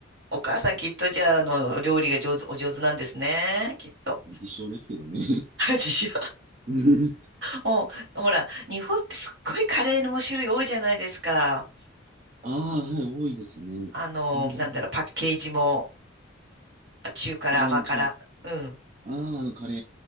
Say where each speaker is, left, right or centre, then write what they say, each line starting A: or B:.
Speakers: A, on the right; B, on the right.
A: お母さんきっとじゃあ、あの、料理が上手、お上手なんですね。きっと。
B: <laughs> 実証ですけどね。
A: <laughs> 自信
B: <laughs>
A: もう、ほら、日本ってすっごいカレーの種類多いじゃないですか。
B: ああ、はい、多いですね。
A: あの、
B: <laughs>
A: なんだろう、パッケージも、中辛、甘辛。
B: あのか、
A: うん。
B: あー、あのカレ